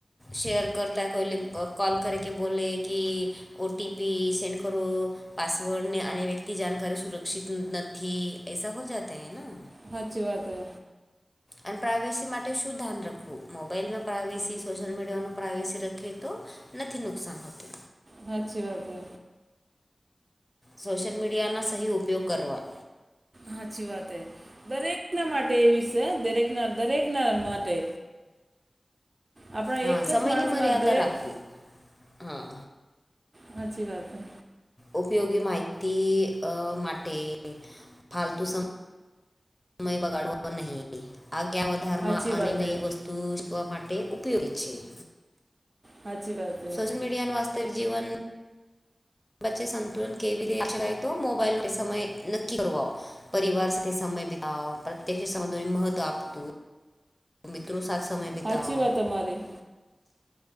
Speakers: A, on the left; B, on the right.
A: શેયર કરતા કોઈ લ કોલ કર કે બોલે કી ઓ ટી પી સેન્ડ કરો પાસવર્ડ ને આને વ્યક્તિ જાનકારી સુરક્ષિત નથી એસા હો જાતા હૈ ના
B: સાચી વાત હે.
A: અન પ્રાઇવેસી માટે શું ધ્યાન રાખવું મોબાઈલમાં પ્રાઇવેસી સોશિયલ મીડિયાનો પ્રાઇવેસી રખીએ તો નથી નુકસાન હોત
B: સાચી વાત હે.
A: સોશિયલ મીડિયાના સહી ઉપયોગ કરવા
B: હાચી વાત એ દરેકના માટે એવીશે દરેકના દરેકના માટે આપણા
A: હા
B: એક જ
A: સમયની
B: માણસમાં
A: મર્યાદા
B: દરેક
A: રાખવી હા
B: હાચી વાત હે.
A: ઉપયોગી માહિતી અ માટે ફાલતુ સમ સમય બગાડવા નહીં આજ્ઞા વધારમાં
B: સાચી
A: અને
B: વાત
A: નઈ
B: હે
A: વસ્તુ તું <unintelligible> માટે ઉપયોગી છે.
B: હાચી વાત. હે
A: સોશલ મીડિયા ને વાસ્તે જીવન પછે સંતુલન કેવી તો મોબાઈલ સમય નક્કી કર આવો. પરિવાર સાથે સમય બીતાવ પ્રત્યક્ષ સંબંધો ને મહત્વ આપતું તો મિત્રો સાથ સમય બિતાવો.
B: સાચી વાત તમારી